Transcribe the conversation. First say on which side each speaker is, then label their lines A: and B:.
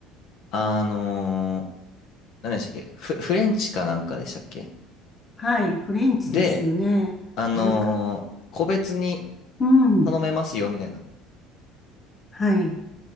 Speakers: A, on the left (about 60°); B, on the left (about 20°).
A: あのー何でしたっけフフレンチかなんかでしたっけ
B: はい。フレンチですよね。
A: で、あのー個別に
B: アラカ、うん、
A: 頼めますよ、みたいな。
B: はい。